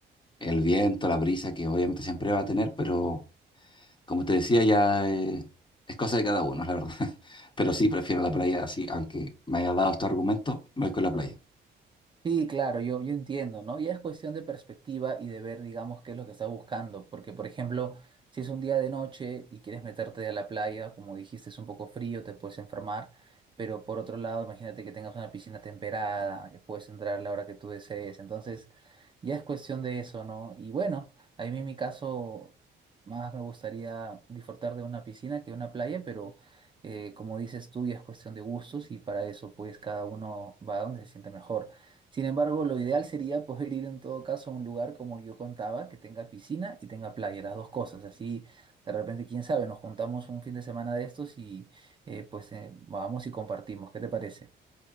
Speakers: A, on the left; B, on the right.
A: el viento, la brisa que obviamente siempre va a tener, pero como te decía, ya eh, es cosa de cada uno, la verdad. <laughs> Pero sí, prefiero la playa así, aunque me haya dado este argumento, me voy con la playa.
B: Sí, claro, yo, yo entiendo, ¿no? Y es cuestión de perspectiva y de ver, digamos, qué es lo que estás buscando, porque, por ejemplo, si es un día de noche y quieres meterte a la playa, como dijiste, es un poco frío, te puedes enfermar, pero por otro lado, imagínate que tengas una piscina temperada, que puedes entrar a la hora que tú desees, entonces ya es cuestión de eso, ¿no? Y bueno, a mí en mi caso, más me gustaría disfrutar de una piscina que de una playa, pero eh, como dices tú, ya es cuestión de gustos y para eso, pues, cada uno va a donde se siente mejor. Sin embargo, lo ideal sería poder ir en todo caso a un lugar como yo contaba, que tenga piscina y tenga playa, las dos cosas. Así, de repente, quién sabe, nos juntamos un fin de semana de estos y eh, pues eh, vamos y compartimos. ¿Qué te parece?